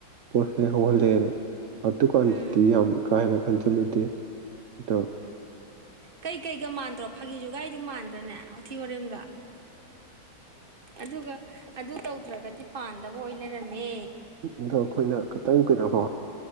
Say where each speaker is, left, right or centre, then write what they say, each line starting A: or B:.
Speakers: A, on the right; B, on the right.
A: ꯄꯣꯠꯁꯦ ꯍꯧꯍꯜꯂꯦꯅ ꯑꯗꯨꯀꯥꯟꯗꯇꯤ
B: ꯎꯝ
A: ꯌꯥꯝ ꯀꯥꯍꯦꯟꯅ ꯈꯟꯖꯜꯂꯨꯗꯦ ꯗꯣ
B: ꯀꯩꯀꯩꯒ ꯃꯥꯟꯗ꯭ꯔꯣ ꯐꯥꯒꯤꯖꯣ ꯒꯥꯏꯗꯣ ꯃꯥꯟꯗ꯭ꯔꯅꯦ ꯌꯊꯤ ꯋꯥꯔꯦꯝꯒ ꯑꯗꯨꯒ ꯑꯗꯨ ꯇꯧꯗ꯭ꯔꯒꯗꯤ ꯄꯥꯟꯗꯕ ꯑꯣꯏ ꯂꯩꯔꯝꯃꯦ
A: ꯑꯗꯣ ꯑꯈꯣꯏꯅ ꯈꯤꯇꯪ ꯀꯩꯅꯣ ꯀꯣ